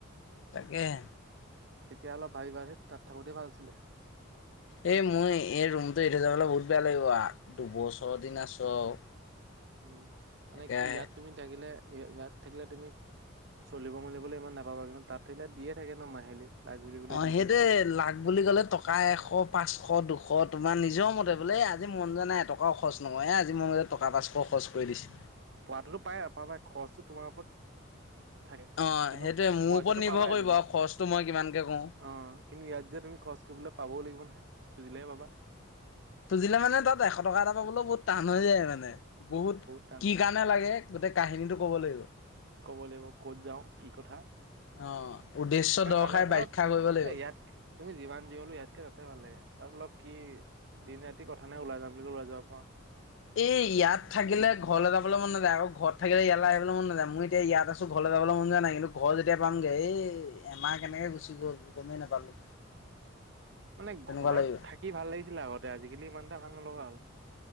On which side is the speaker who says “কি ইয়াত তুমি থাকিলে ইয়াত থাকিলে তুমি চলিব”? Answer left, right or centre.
Right